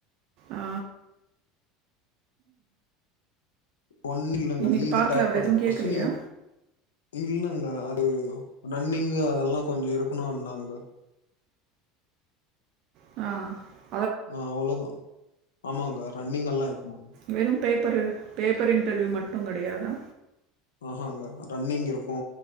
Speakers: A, on the right; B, on the left.
A: ஆ
B: ஒன்னு இல்லங்க
A: இன்னைக்கு
B: ஈஸி
A: பார்க்ல
B: க்ரேக்
A: அவர்
B: பண்ணுங்க
A: எதுவும் கேட்கலையா?
B: ஃபர்ஸ்ட் நீங்க இல்லங்க அது ரன்னிங்கு அதெல்லா கொஞ்சொ இருக்குணுனாங்க
A: அ
B: ஆ அவ்ளோதா ஆமாங்க ரன்னிங் எல்லா இருக்குமா
A: வெறு பேப்பரு பேப்பர் இன்டர்வியூ மட்டு கெடையாதா
B: ஆஹாங்க ரன்னிங் இருக்கு